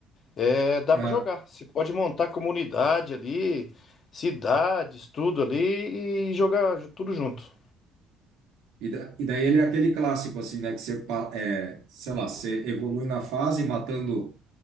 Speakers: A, on the left; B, on the right.
A: É, dá
B: Ah,
A: pra jogar. Você pode montar comunidade ali, cidades, tudo ali e jogar ju- tudo junto.
B: e, da, e daí ele é aquele clássico, assim, né, que você, pa- é, sei lá, você evolui na fase matando